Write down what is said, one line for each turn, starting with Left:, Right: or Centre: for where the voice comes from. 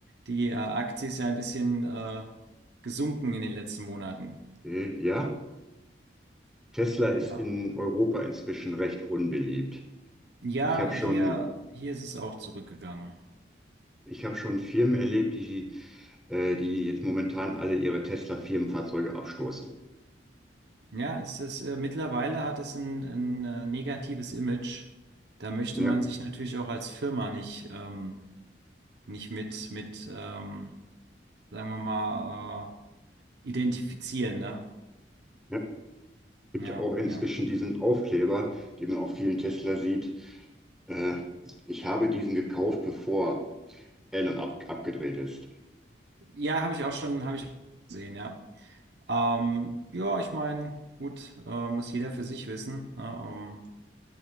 Right: die äh, Aktie ist ja ein bisschen äh, gesunken in den letzten Monaten.
Centre: Äh, ja, Tesla ist
Right: Ja.
Centre: in Europa inzwischen recht unbeliebt.
Right: Ja,
Centre: Ich habe
Right: hier,
Centre: schon,
Right: hier ist es auch zurückgegangen.
Centre: ich habe schon Firmen erlebt, die, äh, die jetzt momentan alle ihre Tesla-Firmenfahrzeuge abstoßen.
Right: Ja, es ist, äh, mittlerweile hat es ein, ein äh, negatives Image. Da möchte
Centre: Ja,
Right: man sich natürlich auch als Firma nicht, ähm, nicht mit, mit ähm, sagen wir mal, äh, identifizieren, ne?
Centre: ja. Gibt
Right: Ja,
Centre: ja auch inzwischen
Right: ja.
Centre: diesen Aufkleber, den man auf vielen Tesla sieht. Äh, ich habe diesen gekauft, bevor Elon ab, abgedreht ist.
Right: Ja, habe ich auch schon, habe ich gesehen, ja. Ähm, ja, ich meine, gut, äh, muss jeder für sich wissen. Ne? Ähm,